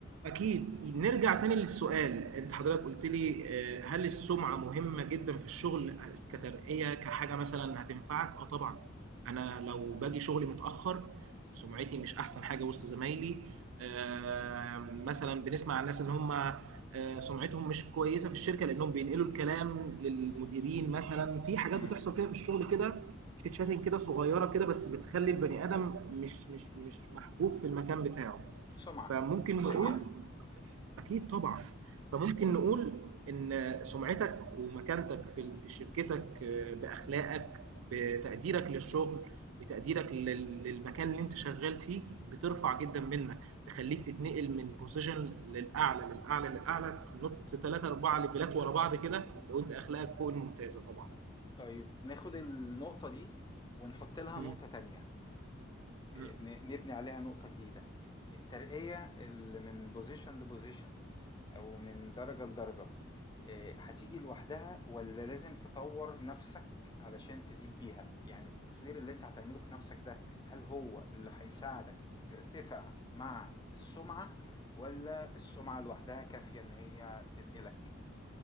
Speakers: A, on the right; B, on the left.
A: أكيد. نرجع تاني للسؤال، أنت حضرتك قُلت لي آآ هل السُمعة مهمة جدًا في الشغل آآ كترقية، كحاجة مثلًا هتنفعك؟ آه طبعًا. أنا لو باجي شغلي متأخّر، سُمعتي مش أحسن حاجة وسط زمايلي، آمم مثلًا بنسمع عن الناس إن هم آآ سُمعتهم مش كويسة في الشركة لإنّهم بينقلوا الكلام للمديرين مثلًا، في حاجات
B: إمم،
A: بتحصل كده في الشغل كده chit chatting كده صغيّرة كده بس بتخلّي البني آدم مش مش مش محبوب في المكان بتاعه.
B: سُمعة
A: فممكن
B: سيئة.
A: نقول اكيد طبعا فممكن نقول ان سمعتك ومكانتك في في شركتك آه، باخلاقك بتقديرك للشغل بتقديرك لل- للمكان اللي انت شغال فيه بترفع جدا منك تخليك تتنقل من بوزيشن للاعلى للاعلى للاعلى تنط 3 4 ليفلات ورا بعض كده لو انت اخلاقك فوق الممتازه طبعا
B: طيب ناخُد النقطة دي ونحُط لها
A: مم.
B: نقطة تانية. ن-
A: مم.
B: نبني عليها نقطة جديدة الترقية اللي من بوزيشن لبوزيشن أو من درجة لدرجة آه، هتيجي لوحدها ولا لازم تطور نفسك علشان تزيد بيها يعني التطوير اللي انت هتعمله في نفسك ده هل هو اللي هيساعدك ترتفع مع السمعة ولا السمعة لوحدها كافية ان هي تنقلك